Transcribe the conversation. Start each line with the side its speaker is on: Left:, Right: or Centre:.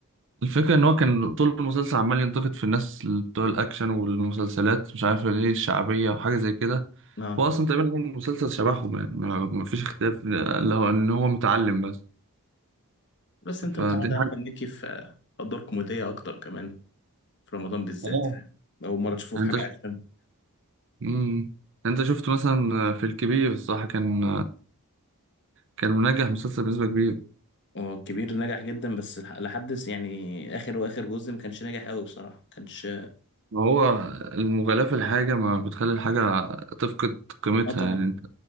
Right: الفكرة إن هو كان طول المسلسل عمال ينتقد في الناس اللي بتوع الأكشن والمسلسلات مش عارف ليه الشعبية وحاجة زي كده
Left: اه
Right: هو أصلا تقريبا هو المسلسل شبههم يعني ما- مفيش اختلاف اللي هو إن هو متعلم بس
Left: بس انت
Right: فدي
Left: متعود على
Right: حاجة
Left: احمد مكي في في ادوار كوميديه اكتر كمان في رمضان بالذات
Right: آه.
Left: فاهم اول مره تشوفه
Right: يعني
Left: في حاجه
Right: أنت ش...
Left: اكشن
Right: مم. أنت شفت مثلا في الكبير الصراحة كان كان منجح مسلسل بنسبة كبيرة
Left: هو الكبير نجح جدا بس لح- لحد س- يعني اخر واخر جزء ما كانش ناجح قوي بصراحه ما كانش
Right: ما هو المغالاة في الحاجة ما بتخلي الحاجة تفقد قيمتها
Left: اه طبعا
Right: يعني أنت